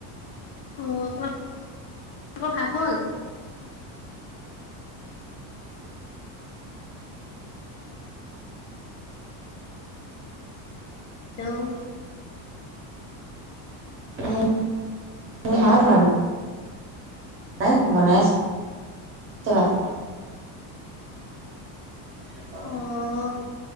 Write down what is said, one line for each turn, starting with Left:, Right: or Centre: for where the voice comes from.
Left: অ' তোমাৰলোক ভাত হ'ল। হেল্ল'
Right: এই <unintelligible> নাই বনাই আছে ভাত। <unintelligible>
Left: অ'